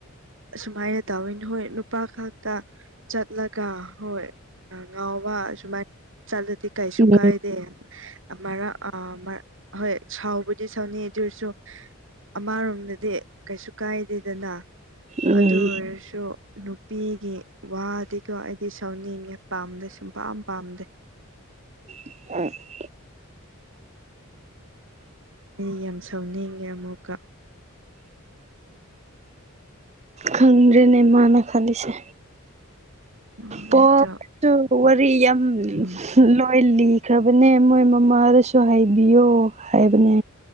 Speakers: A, on the right (about 60°); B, on the right (about 30°).
A: ꯑꯁꯨꯃꯥꯏꯅ ꯇꯥꯋꯤꯟ ꯍꯣꯏ ꯅꯨꯄꯥ ꯈꯛꯇ ꯆꯠꯂꯒ ꯍꯣꯏ ꯑ ꯉꯥꯎꯕ ꯁꯨꯃꯥꯏꯅ ꯆꯠꯂꯗꯤ ꯀꯩꯁꯨꯨ
B: ꯎꯝ
A: ꯀꯥꯏꯗꯦ꯫ ꯑꯃꯔ ꯑ ꯃꯔ ꯍꯣꯏ ꯁꯥꯎꯕꯨꯗꯤ ꯁꯥꯎꯅꯤ ꯑꯗꯨ ꯑꯣꯏꯔꯁꯨ ꯑꯃꯔꯣꯝꯗꯗꯤ ꯀꯩꯁꯨ ꯀꯥꯏꯗꯦꯗꯅ꯫
B: ꯎꯝ
A: ꯑꯗꯨ ꯑꯣꯏꯔꯁꯨ ꯅꯨꯄꯤꯒꯤ ꯋꯥꯗꯤꯀꯣ ꯑꯩꯗꯤ ꯁꯥꯎꯅꯤꯡꯉꯦ꯫ ꯄꯥꯝꯗꯦ ꯁꯨꯡ ꯄꯥꯝ ꯄꯥꯝꯗꯦ꯫
B: <unintelligible>
A: ꯗꯤ ꯌꯥꯝ ꯁꯥꯎꯅꯤꯡꯉꯦ ꯑꯃꯨꯛꯀ꯫
B: ꯈꯪꯗ꯭ꯔꯦꯅꯦ ꯃꯥꯅ ꯈꯜꯂꯤꯁꯦ꯫
A: ꯎꯝ ꯑꯩꯗꯣ
B: ꯄꫭꯠꯇꯨ ꯋꯥꯔꯤ ꯌꯥꯝ <unintelligible>
A: ꯎꯝ
B: ꯂꯣꯏ ꯂꯤꯈ꯭ꯔꯕꯅꯦ ꯃꯣꯏ ꯃꯃꯥꯗꯁꯨ ꯍꯥꯏꯕꯤꯌꯣ꯫ ꯍꯥꯏꯕꯅꯦ